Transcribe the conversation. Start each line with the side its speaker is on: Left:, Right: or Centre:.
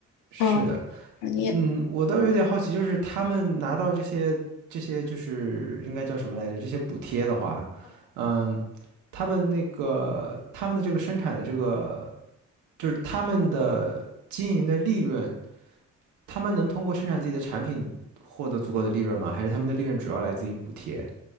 Right: 是的。
Left: 嗯，产业。
Right: 嗯，我倒有点好奇，就是他们拿到这些这些就是应该叫什么来着？这些补贴的话，嗯，他们那个他们的这个生产的这个，就是他们的经营的利润，他们能通过生产自己的产品获得足够的利润吗？还是他们的利润主要来自于补贴？